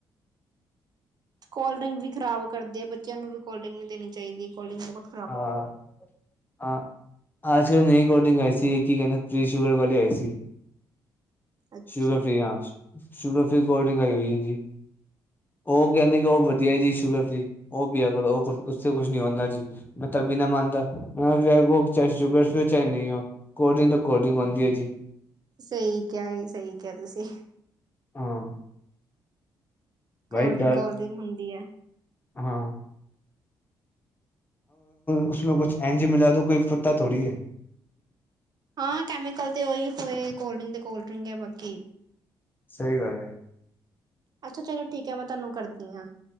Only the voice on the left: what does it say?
ਹਾਂ। ਹਾਂ ਅੱਜ ਕਲ ਨਈ ਕੋਲਡ ਡਰਿੰਕ ਆਈ ਸੀ, ਕੀ ਕਹਿੰਦੇ, ਫ੍ਰੀ ਸ਼ੂਗਰ ਵਾਲੇ ਆਈ ਸੀ।
ਸ਼ੂਗਰ ਫ੍ਰੀ ਹਾਂ ਸ਼ੂਗਰ ਫ੍ਰੀ ਕੋਲਡ ਡਰਿੰਕ ਆਈ ਹੋਈ ਹੈ ਜੀ। ਉਹ ਕਹਿੰਦੇ ਕਿ ਉਹ ਵਧੀਆ ਜੀ ਸ਼ੂਗਰ ਫ੍ਰੀ, ਉਹ ਪੀਆ ਕਰੋ ਉਹ ਉਸਸੇ ਕੁਛ ਨੀ ਹੁਨਦਾ ਜੀ। ਮੈਂ ਤਭੀ ਨਾ ਮਾਨਦਾ ਉਹ ਚਾਹੇ ਸ਼ੂਗਰ ਸੀ ਹੋ ਚਾਹੇ ਨਈ ਹੋ। ਕੋਲਡ ਡਿੰਕ, ਤੋਂ ਕੋਲਡਰਿੰਕ ਹੋਂਦੀ ਹੈ ਜੀ।
ਹਾਂ।
ਭਾਈ ਡਰ
ਹਾਂ। ਉਸੇ ਕੁਛ ਐਂਝ ਮਿਲਾ, ਤੇ ਕੋਈ ਪਤਾ ਥੋੜੀ ਆ।
ਸਹੀ ਗੱਲ ਐ।